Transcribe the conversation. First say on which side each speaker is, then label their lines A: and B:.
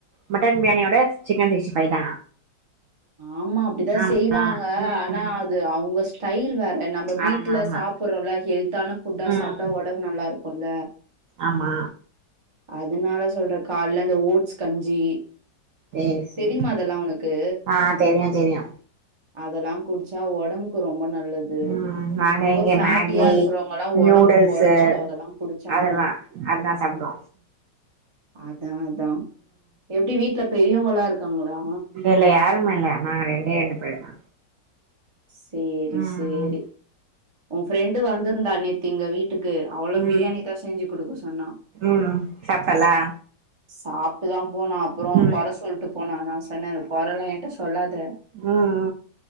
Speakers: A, on the right (about 75°); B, on the right (about 25°).
A: மட்டன் பிரியாணியோட சிக்கன் சிக்ஸ்டி ஃபை தா
B: ஆமா அப்டிதா
A: ஆமா
B: செய்வாங்க
A: ம்
B: ஆனா அது அவுங்க ஸ் டைல் வேற நம்ப வீட்ல
A: ஆமா ஆமா
B: சாப்பறோல ஹெல்த்தான ஃபுட்டா
A: ம்
B: சாப்ட்டா ஒடம்பு நல்லா இருக்குல
A: ஆமா
B: அதுனால சொல்ற கால்ல இந்த ஓட்ஸ் கஞ்சி
A: சேரி சேரி
B: தெரிமா அதெல்லா ஒனக்கு
A: ஆ தெரியு தெரியு
B: அதெல்லா குட்ச்சா ஒடம்புக்கு ரொம்ப நல்லது
A: ம் நாங்க
B: ரொம்ப
A: இங்க
B: ஃபேட்டியா
A: மேகி
B: இருக்கறவங்க எல்லா ஒடம்பு
A: நூடுல்ஸு
B: கொறச்சிடு அதெலா குடிச்சாங்கன்னா
A: அதெல்லா அதா சாப்ட்டோ
B: அதா அதா எப்டி வீட்ல பெரியவங்களா இருக்காங்ளா
A: இல்ல இல்ல யாரும் இல்ல நாங்க ரெண்டே ரெண்டு பேர் தா
B: சேரி
A: ம்
B: சேரி உ ஃப்ரெண்டு வந்திருந்தா நேத்து எங்க வீட்டுக் கு அவளு
A: ம்
B: பிரியாணி தா செஞ்சு குடுக்க சொன்னா
A: ம் சாப்ட்டலா
B: சாப் ட்டு தா போனா. அப்பொறொ
A: ம்
B: கொற சொல்ட்டு போனா. நா சொன்னே இந்த கொற எல்லா ஏன்ட்ட சொல்லாத
A: அ